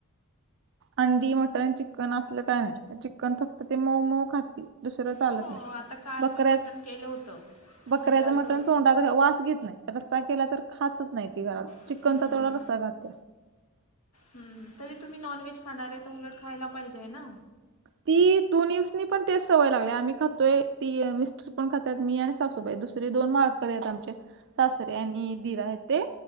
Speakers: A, on the right (about 55°); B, on the left (about 90°).
A: आंडी मटन चिकन चिकन असलं काय नाही चिकन फक्त ते मऊ मऊ खाते. दुसरं चालत
B: हो
A: नाही
B: आता काल
A: बकऱच
B: मी मटण केलं होतं
A: बकऱ्याचं
B: म्हणजे असं
A: मटण तोंडात वास घेत नाही. रस्सा केला तर खातच नाही ती घरात
B: हम्म,
A: चिकनचा तेवढा रस्ता खात
B: हम्म हम्म. तरी तुम्ही नॉन व्हेज खाणारेय, तर उलट खायला पाहिजेय ना.
A: ती दोन दिवसनी पण तीच सवय लागलीय. आम्ही खातोय ती मिस्ट पण खातात. मी आणि सासूबाई. दुसरी दोन माळकरीयेत आमचे. सासरे आणि दीर आहेत ते.